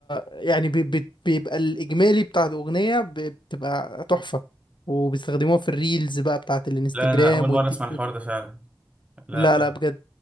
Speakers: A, on the left (about 85°); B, on the right (about 15°).
A: يعني بي- بي- بيبقى الإجمالي بتاع الأغنية ب- بتبقى تحفة وبيستخدموها في الريلز بقى بتاعت الانستجرام
B: لا انا اول مره
A: والتيك
B: اسمع الحوار
A: توك
B: ده فعلا لا
A: لا لا بجد